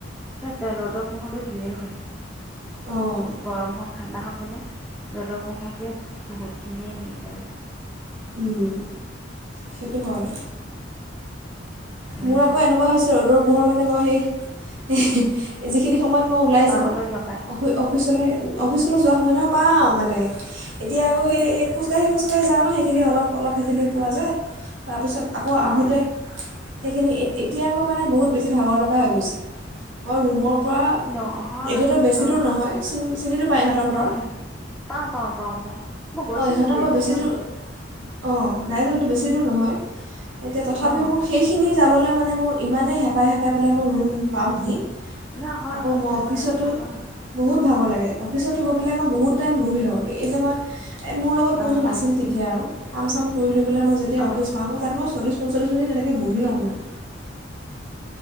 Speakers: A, in the centre; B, on the right.
A: ৰ'দৰ পোহৰটো দিলেই হ'ল।
B: অঁ
A: গৰম হওক, ঠাণ্ডা হওক। মানে ৰ'দৰ পোহৰটোৱে বহুতখিনিয়ে হেৰি কৰে।
B: উম। সেইটো হয়।
A: উম,
B: মোৰ আকৌ এনেকোৱা হৈছে ৰ'দৰ পোহৰ মানে মই সেই। হিঃ হিঃ যিখিনি সময়ত মই ওলাই
A: পাবলৈ
B: যাওঁ।
A: নাপায়
B: অফি অফিচলৈ অফিচলৈ যোৱা সময়ত পাওঁ মানে। এতিয়া আকৌ সেই খোজকাঢ়ি খোজকাঢ়ি যাওঁ ন সেইখিনি অলপ অলপ সেইখিনি পোৱা যায়। তাৰপিছত আকৌ
A: অঁ
B: আহোঁতে সেইখিনি এতিয়া আকৌ মানে বহুত বেছি ভাগৰ লগা হৈ গৈছে। মই ৰুমৰ পৰা
A: নহয়,
B: এতিয়াতো বেছি
A: অহ,
B: দূৰ নহয় চিনি চিনি পায় ইহঁতৰ
A: নহয়-নহয়।
B: ঘৰ
A: পাওঁ পাওঁ পাওঁ পাওঁ। মই গৈছিলো
B: অঁ ইহঁতৰ
A: তো
B: পৰা
A: এইবাৰ
B: বেছি
A: যাওঁতে।
B: দূৰ অঁ দাই দালটো বেছি দূৰ নহয়। এতিয়া তথাপি
A: অঁ
B: মোক সেইখিনি যাবলে মানে মোৰ ইমানেই হেপাই-হেপাই পেলাই মই ৰুম পাওঁহি
A: না হয়
B: আকৌ
A: হয়
B: মই
A: ভাগৰ
B: অফিচতো
A: লাগে ভাগৰ লাগে
B: বহুত ভাগৰ লাগে। অফিচতো গৈ পেলাই মই বহুত টাইম বহি লওঁ। এই যে মই এই মোৰ লগত কোনো
A: অঁ
B: নাছিল তেতিয়া আৰু। কাম চাম কৰিল লৈ মই যেতিয়া
A: অঁ
B: অফিচ পাওঁ। তাত মই চল্লিছ-পঞ্চল্লিছ মিনিট এনেকে বহি লওঁ মানে।